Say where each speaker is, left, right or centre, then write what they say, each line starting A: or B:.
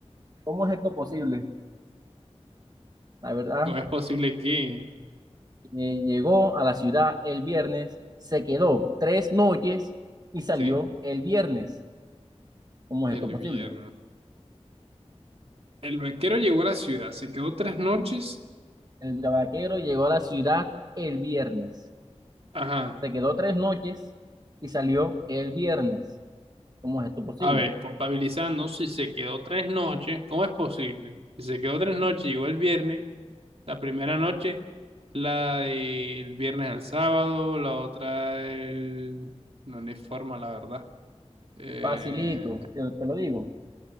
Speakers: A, on the right; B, on the right.
A: ¿cómo es esto posible? La verdad,
B: ¿Cómo es posible que,
A: eh, llegó a la ciudad el viernes, se quedó tres noches y salió
B: sí,
A: el viernes. ¿Cómo es
B: el
A: esto posible?
B: viernes? El vaquero llegó a la ciudad, se quedó tres noches.
A: El vaquero llegó a la ciudad el viernes.
B: Ajá.
A: Se quedó tres noches y salió el viernes. ¿Cómo es esto posible?
B: A ver, contabilizando, si se quedó tres noches, ¿cómo es posible? Si se quedó tres noches, llegó el viernes. La primera noche, la del viernes al sábado, la otra el... No, no hay forma, la verdad. Eh,
A: Facilito, te, te lo digo.